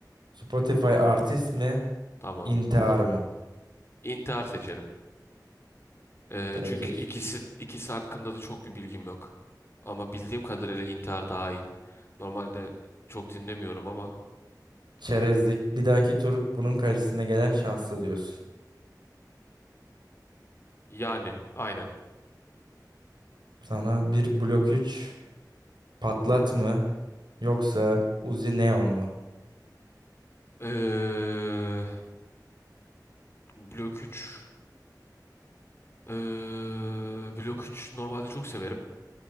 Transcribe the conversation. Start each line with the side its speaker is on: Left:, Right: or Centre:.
Right: Spotify artist mi?
Left: Tamam.
Right: İntihar mı?
Left: İntihar seçerim. Ee,
Right: Direkt
Left: çünkü
Right: hiç
Left: ikisi
Right: geçiştir.
Left: ikisi hakkında da çok bir bilgim yok. Ama bildiğim kadarıyla intihar daha iyi. Normalde çok dinlemiyorum ama
Right: Çerezlik. Bir dahaki tur bunun karşısına gelen şanslı diyorsun.
Left: yani aynen.
Right: Sana bir blok üç patlat mı? Yoksa Uzi Neon mu?
Left: Ee, Blok 3 ee, Blok 3 normalde çok severim.